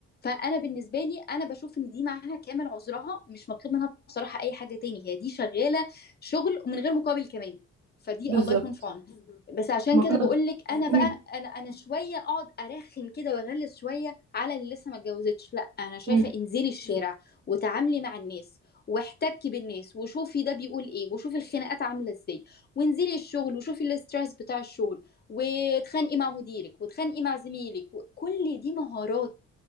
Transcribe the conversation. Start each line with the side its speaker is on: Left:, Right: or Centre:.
Left: فانا بالنسبه لي انا بشوف ان دي معاها كامل عذرها مش مطلوب منها بصراحه اي حاجه تاني هي دي شغاله شغل ومن غير مقابل كمان فدي
Right: بالظبط
Left: الله يكون في عونها بس عشان
Right: ما
Left: كده
Right: انا
Left: بقول لك انا
Right: مم.
Left: بقى انا انا شويه اقعد ارخم كده واغلس شويه على اللي لسه ما اتجوزتش لا انا شايفه
Right: مم.
Left: انزلي الشارع وتعاملي مع الناس واحتكي بالناس وشوفي ده بيقول ايه وشوفي الخناقات عامله ازاي وانزلي الشغل وشوفي الاسترس بتاع الشغل واتخانقي مع مديرك واتخانقي مع زميلك كل دي مهارات